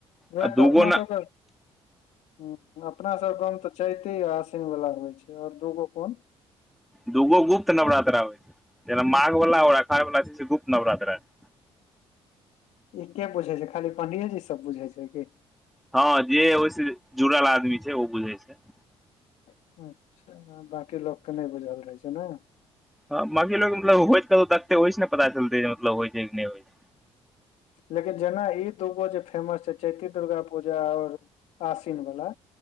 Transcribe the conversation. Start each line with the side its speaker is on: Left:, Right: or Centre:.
Left: वएह
Centre: आ
Left: तऽ
Centre: दूगो
Left: अपना
Centre: ने
Left: सब के ह अपना सब गाँव मे तऽ चाहिते आ आशिन वाला होइ छै और दूगो कोन
Centre: दूगो गुप्त नवरात्रा होइ छै जेना माघ वला आ और अखाढ़ वला छै से गुप्त नवरात्रा छै
Left: ई के बुझै छै खाली पंडियेजी सब बुझे छै की
Centre: हँ जे ओहिसे जुड़ल आदमी छै ओ बुझै छै
Left: अच्छा बकी लोक के नहि बुझल रहै छै नै
Centre: ह बाकी लोको मतलब हो छै कत देखते ओइ छै ने पता चलते मतलब होइ छै कि नहि होइ छै
Left: लेकिन जेना ई दुूगो जे फेमस छै चैती दुर्गा पूजा और आशिन वाला